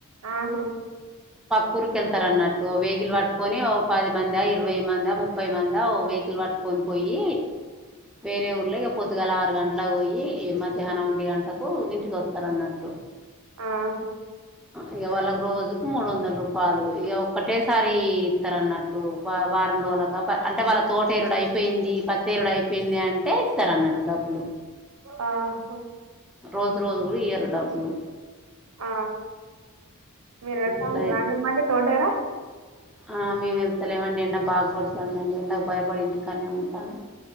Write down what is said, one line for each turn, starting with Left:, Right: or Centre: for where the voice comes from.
Right: ఆహా
Centre: కూరికెళ్తారు అన్నట్టు వెహికిల్ పట్టుకొని ఓ పది మందా ఇరవై మందా ముప్పై మందా ఓ వెహికల్ పట్టు పోన్ పోయి వేరే ఊళ్ళ ఇగ పొద్దుగాల ఆరు గంటలా పోయి మధ్యాహ్నం ఒంటి గంటకు ఇంటికి వస్తారు అన్నట్టు
Right: ఆహా
Centre: ఇగ వాళ్ళకి రోజు మూడు వందల రూపాయలు ఇగ ఒక్కటేసారి ఇస్తారు అన్నట్టు వారం రోజుగా అంటే వాళ్ళ తోటేరుడు అయిపోయింది పత్తేరుడు అయిపోయింది అంటే ఇస్తతారు అన్నట్టు డబ్బులు
Right: ఆ హా
Centre: రోజు రోజు ఇయ్యరు డబ్లుు
Right: ఆ మీర వెళ్తా
Centre: అట్లా
Right: ఉంట్రా అండి తోటార
Centre: ఆ మేము వెళ్తాలేమండి ఎండ బాగ కొడుతుందిండి ఎండకు భయపడి ఇంటికనే ఉంటాను